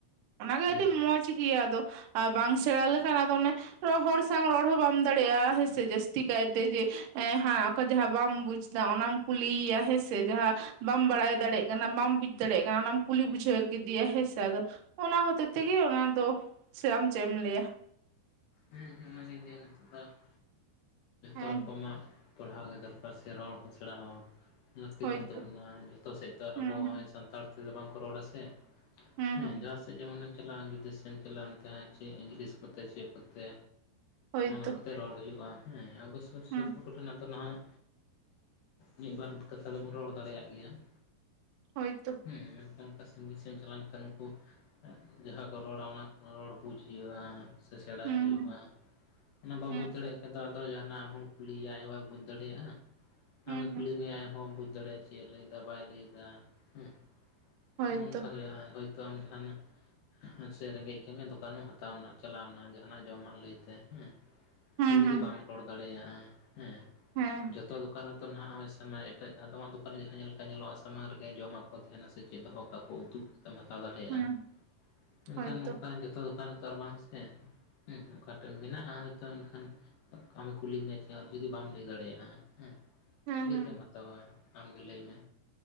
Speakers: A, on the right; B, on the left.
A: ᱚᱱᱟᱜᱮ ᱟᱹᱰᱤ
B: ᱦᱮᱸ
A: ᱢᱚᱸᱡᱽ ᱜᱮᱭᱟ ᱟᱫᱚ, ᱵᱟᱝ ᱥᱮᱬᱟ ᱞᱮᱠᱷᱟᱱ ᱟᱫᱚ ᱚᱱᱮ ᱦᱚᱲ ᱥᱟᱝ ᱨᱚᱲ ᱦᱚᱸ ᱵᱟᱢ ᱫᱟᱲᱮᱭᱟᱜᱼᱟ, ᱦᱮᱸᱥᱮ ᱡᱟᱹᱥᱛᱤ ᱠᱟᱭᱛᱮ ᱡᱮ ᱮᱸᱦᱟᱸ ᱡᱟᱦᱟᱸ ᱵᱟᱢ ᱵᱩᱡ ᱫᱟ ᱚᱱᱟᱢ ᱠᱩᱞᱤᱭᱼᱭᱟ ᱦᱮᱸᱥᱮ ᱡᱟᱦᱟᱸ ᱵᱟᱢ ᱵᱟᱲᱟᱭ ᱫᱟᱲᱮᱜ ᱠᱟᱱᱟ ᱵᱟᱢ ᱵᱩᱡ ᱫᱟᱲᱮᱭᱟᱜ ᱠᱟᱱᱟ, ᱚᱱᱟᱢ ᱠᱩᱞᱤ ᱵᱩᱡᱷᱟᱹᱣ ᱠᱮᱫᱮᱭᱟ ᱦᱮᱸᱥᱮ ᱟᱫᱚ ᱚᱱᱟ ᱦᱚᱛᱮ ᱛᱮᱜᱮ ᱚᱱᱟ ᱫᱚ ᱥᱮ ᱟᱢ ᱪᱮᱜ ᱮᱢ ᱞᱟᱹᱭᱟ?
B: ᱦᱮᱸᱻᱦᱢ ᱚᱱᱟ ᱜᱤᱧ ᱞᱟᱹᱭᱟ ᱱᱤᱡᱥᱥ, ‌
A: ᱦᱮᱸ
B: ᱡᱚᱛᱚ ᱨᱚᱠᱚᱢᱟᱜ ᱯᱟᱲᱦᱟᱣ ᱜᱮ ᱫᱚᱨᱠᱟᱨ ᱥᱮ ᱨᱚᱲ ᱦᱚᱸ ᱥᱮᱬᱟ ᱦᱚᱸ᱾ ᱞᱟᱹᱠᱛᱤ
A: ᱦᱳᱭᱛᱚ
B: ᱠᱟᱱ ᱛᱟᱵᱚᱱᱟ ᱡᱷᱚᱛᱚ ᱥᱮᱫ ᱛᱚ
A: ᱦᱩᱸ
B: ᱟᱵᱚ ᱦᱚᱜᱼᱚᱭ
A: ᱦᱩᱸ
B: ᱥᱟᱱᱛᱟᱲ ᱛᱮᱫᱚ ᱵᱟᱝᱠᱚ ᱨᱚᱲᱟ ᱥᱮ ᱾
A: ᱦᱩᱸ
B: ᱦᱮᱸ
A: ᱦᱩᱸ
B: ᱡᱟᱦᱟᱸᱥᱮᱫ ᱡᱮᱢᱚᱱᱮ ᱮᱢ ᱪᱟᱞᱟᱜᱼᱟ, ᱵᱤᱫᱮᱥᱮᱢ ᱪᱟᱞᱟᱜᱼᱟ ᱚᱱᱛᱮ ᱦᱚᱸ ᱪᱮᱫ ᱤᱝᱞᱤᱥ ᱠᱚᱛᱮ ᱪᱮᱫ ᱠᱚᱛᱮ
A: ᱦᱳᱭᱛᱚ
B: ᱚᱱᱟ ᱠᱚᱛᱮ ᱨᱚᱲ ᱦᱩᱭᱩᱜᱼᱟ, ᱦᱮᱸ ᱟᱵᱚ ᱥᱩᱨ
A: ᱦᱩᱸ
B: ᱥᱩᱯᱩᱨ ᱠᱚᱨᱮᱱᱟᱜ ᱫᱚ ᱱᱟᱦᱚᱭ ᱢᱤᱫᱵᱟᱨ ᱠᱟᱛᱷᱟ ᱛᱚᱵᱚᱱ ᱨᱚᱲ ᱫᱟᱲᱮᱭᱟᱜ ᱜᱮᱭᱟ ᱾
A: ᱦᱳᱭᱛᱳ
B: ᱦᱮᱸ ᱢᱮᱱᱠᱷᱟᱱ ᱚᱱᱠᱟ ᱥᱟᱺᱜᱤᱧ ᱥᱮᱫ ᱮᱢ ᱪᱟᱞᱟᱣ ᱞᱮᱱᱠᱷᱟᱱ ᱩᱱᱠᱩ ᱡᱟᱦᱟᱸ ᱠᱚ ᱨᱚᱲᱟ ᱚᱱᱟ ᱠᱚ ᱨᱚᱲ ᱵᱩᱡᱽ ᱦᱩᱭᱩᱜᱼᱟ ᱥᱮ ᱥᱮᱬᱟᱭ
A: ᱦᱩᱸ
B: ᱦᱩᱭᱩᱜᱼᱟ
A: ᱦᱩᱸ
B: ᱚᱱᱟ ᱵᱟᱢ
A: ᱦᱩᱸ
B: ᱵᱩᱡᱽ ᱫᱟᱲᱮᱭᱟᱜ ᱠᱷᱟᱡ ᱫᱚ ᱟᱫᱚ ᱡᱟᱦᱟᱱᱟᱜ ᱟᱢᱦᱚᱸ ᱠᱩᱞᱤᱭᱮᱭᱟ ᱟᱡ ᱦᱚᱸ ᱵᱟᱭ ᱵᱩᱡᱽ ᱫᱟᱲᱮᱭᱟᱜᱼᱟ ᱟᱢᱮ
A: ᱦᱩᱸ
B: ᱠᱩᱞᱤ
A: ᱦᱩᱸ
B: ᱢᱮᱭᱟ ᱟᱡ ᱦᱚᱸ ᱵᱟᱢ ᱵᱩᱡᱽ ᱫᱟᱲᱮᱭᱟᱜ ᱟ ᱪᱮᱫ ᱞᱟᱹᱭᱫᱟ ᱵᱟᱭ ᱞᱟᱹᱭᱫᱟ ᱦᱮᱸ ᱱᱚᱜᱼᱚᱭ
A: ᱦᱳᱭᱛᱚ
B: ᱱᱚᱝᱠᱟ ᱡᱟᱦᱟᱸ ᱦᱳᱭᱛᱳ ᱟᱢ ᱡᱟᱦᱟᱱᱟᱜ ᱦᱮᱸᱥᱮ ᱨᱮᱸᱜᱮᱡ ᱠᱮᱜᱢᱮᱭᱟ ᱫᱚᱠᱟᱱᱮᱢ ᱦᱟᱛᱟᱣᱱᱟ ᱪᱟᱞᱟᱣᱱᱟ ᱡᱟᱦᱟᱸᱱᱟᱜ ᱡᱚᱢᱟᱜ ᱞᱟᱹᱭᱛᱮ ᱦᱮᱸ
A: ᱦᱩᱸ
B: ᱟᱨ ᱡᱩᱫᱤ
A: ᱦᱩᱸ
B: ᱵᱟᱢ ᱨᱚᱲ ᱫᱟᱲᱮᱭᱟᱜᱼᱟ ᱦᱮᱸ
A: ᱦᱮᱸ
B: ᱡᱚᱛᱚ ᱫᱚᱠᱟᱱ ᱨᱮ ᱱᱤᱛᱚ ᱱᱟᱦᱟᱜ ᱦᱚᱭ ᱥᱟᱢᱟᱭ ᱤᱴᱟᱹᱜ ᱟᱫᱚᱢᱟᱜ ᱫᱚᱠᱟᱱ ᱨᱮ ᱡᱟᱦᱟᱸ ᱧᱮᱞ ᱞᱮᱠᱟ ᱧᱮᱞᱚᱜᱼᱟ ᱥᱟᱢᱟᱝ ᱨᱮᱜᱮ ᱡᱚᱢᱟᱜ ᱠᱚ ᱛᱟᱦᱮᱱᱟ ᱥᱮ ᱪᱮᱫ ᱦᱚᱸ ᱠᱟᱠᱚᱫᱩᱛ ᱛᱚᱢ ᱦᱟᱛᱟᱣ ᱫᱟᱲᱮᱭᱟᱜᱼᱟ
A: ᱦᱩᱸ
B: ᱢᱮᱱᱠᱷᱟᱱ
A: ᱦᱳᱭᱛᱚ
B: ᱚᱱᱠᱟ ᱡᱚᱛᱚ ᱫᱚᱠᱟᱱ ᱨᱮ ᱛᱚ ᱟᱨ ᱵᱟᱝ ᱥᱮ ᱦᱮᱸ ᱚᱠᱟᱴᱟᱜ ᱢᱮᱱᱟᱜᱼᱟ ᱦᱚᱭᱛᱳ ᱮᱱᱠᱷᱟᱱ ᱟᱢᱮ ᱠᱩᱞᱤ ᱢᱮᱭᱟ ᱡᱩᱫᱤ ᱵᱟᱢ ᱞᱟᱹᱭ ᱫᱟᱲᱮᱭᱟᱜᱼᱟ ᱦᱮᱸ
A: ᱦᱮᱸ
B: ᱪᱤᱠᱟᱹᱛᱮᱢ
A: ᱦᱮᱸ
B: ᱦᱟᱛᱟᱣᱟ ᱟᱢ ᱜᱮ ᱞᱟᱹᱭᱢᱮ